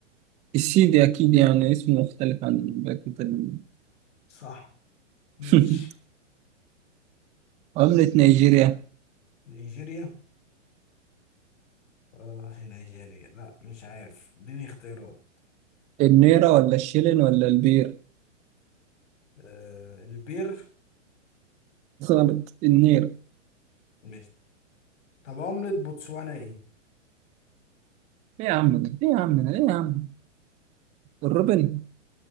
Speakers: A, on the right; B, on the left.
A: السيدي أكيد يعني اسمه مختلف عن بقية ال-
B: صح ماشي
A: <laughs> عملة نيجيريا
B: نيجيريا اه هي نيجيريا لا مش عارف اديني اختيارات
A: النيرة ولا الشيلين ولا البير
B: آه البير
A: غلط النيرة
B: ماشي طب عملة بوتسوانا ايه؟
A: إيه يا عم ده إيه يا عم ده إيه يا عم الروبن